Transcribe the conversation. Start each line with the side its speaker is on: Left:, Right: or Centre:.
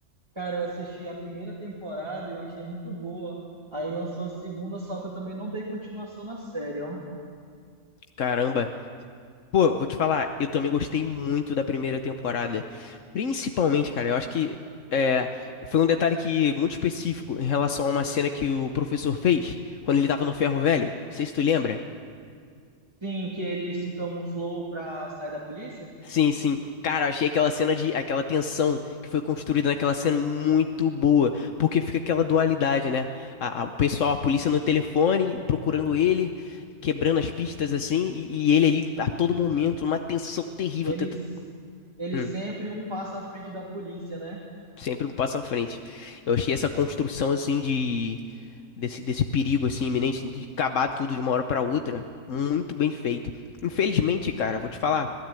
Right: Cara, eu assisti a primeira temporada, eu achei muito boa. Aí lançou a segunda, só que eu também não dei continuação na série, ó.
Left: Caramba. Pô, vou te falar, eu também gostei muito da primeira temporada. Principalmente, cara, eu acho que é, foi um detalhe que muito específico em relação a uma cena que o professor fez quando ele tava no ferro velho. Não sei se tu lembra.
Right: Sim, que ele se camuflou pra sair da polícia?
Left: Sim, sim. Cara, achei aquela cena de, aquela tensão que foi construída naquela cena muito boa, porque fica aquela dualidade, né? A- a- o pessoal, a polícia no telefone procurando ele, quebrando as pistas assim, e, e ele ali a todo momento, uma tensão terrível.
Right: Eles,
Left: tenta-
Right: eles
Left: hum.
Right: sempre um passo à frente da polícia, né?
Left: sempre um passo à frente. Eu achei essa construção assim de desse, desse perigo assim iminente de acabar tudo de uma hora pra outra muito bem feito. Infelizmente, cara, vou te falar,